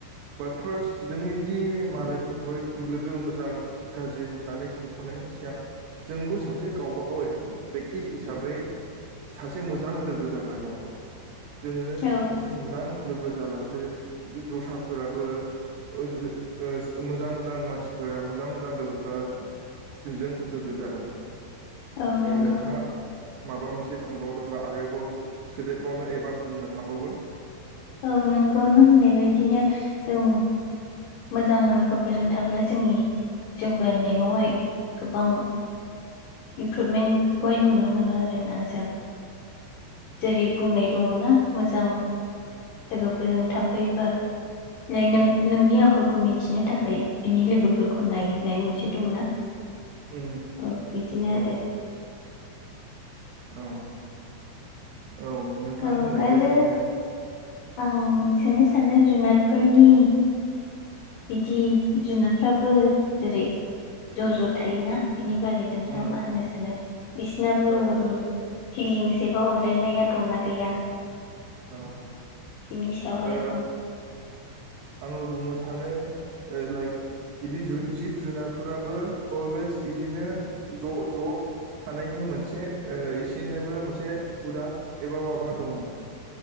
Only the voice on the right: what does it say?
बाट फार्स्ट जोङोदि मालायफोरखौहाय लोगो मोजां गाज्रि होननानै सायख'नायनि सिगां जोंबो सासे गावबागाव बेकति हिसाबै सासे मोजां लोगो जाग्रोनांगौ। जोङो
सासे
मोजां लोगो जालासे जों दस्राफोराबो जों ओ मोजां मोजां मानसिफोरा मोजां मोजां लोगोफोरा जोंजों लोगो जागोन।
नोंथाङा माबा मोनसे सानबावदोंब्ला आरोबाव सोदेरबावनो एबा बुंनो हाबावगोन।
उम
उम
औ
औ। औ नोंथां
होननाय
बायदिनो
उम
औ
औ
ओ
आङो बुंनो सानो लाइक बिदि जिब जुनारफोराबो अलवेस बिदिनो ज' ज' थानायनि मोनसे इसनोबो मोनसे हुदा एबा माबा दङ